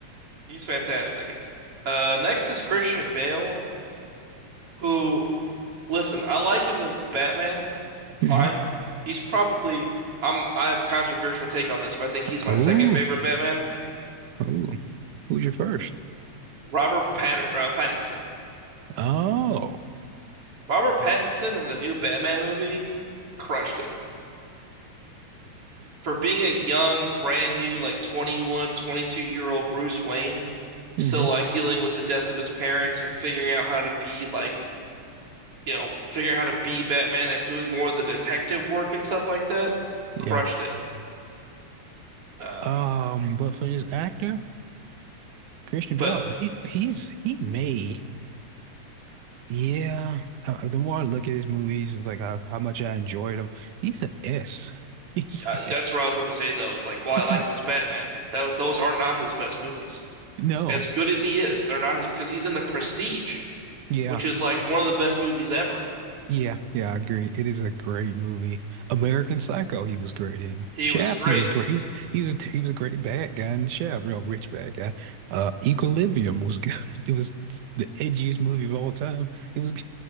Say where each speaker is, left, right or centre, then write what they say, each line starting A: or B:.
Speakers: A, on the right; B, on the right.
A: He's fantastic. Uh, next is Christian Bale, who listen, I like him as Batman. Fine.
B: hmm
A: He's probably I'm I have a controversial take on this, but I think he's my
B: Oh.
A: second favorite Batman.
B: Oh. Who's your first?
A: Robert Patter uh, Pattinson.
B: Oh.
A: Robert Pattinson in the new Batman movie crushed it. For being a young, brand new, like 21, 22 year old Bruce Wayne,
B: hmm
A: still like dealing with the death of his parents and figuring out how to be like, you know, figuring out how to be Batman and doing more of the detective work and stuff like that,
B: Yeah.
A: crushed it. Um,
B: Um, but for this actor, Christian Bale,
A: but
B: he, he's he may. Yeah. Uh, the more I look at his movies, it's like how, how much I enjoyed him. He's an S. <laughs> He's
A: uh,
B: <laughs>
A: that's what I was about to say though, is like, while I
B: he,
A: like him as Batman, that those are not his best movies.
B: No.
A: As good as he is, they're not his because he's in the Prestige.
B: Yeah.
A: which is like one of the best movies ever.
B: Yeah. Yeah. I agree. It is a great movie. American Psycho, he was great in.
A: He
B: Shaft,
A: was great.
B: he was great. He was he was he was a great bad guy in Shaft, real rich bad guy. Uh, Equilibrium was good. <laughs> It was the edgiest movie of all time. It was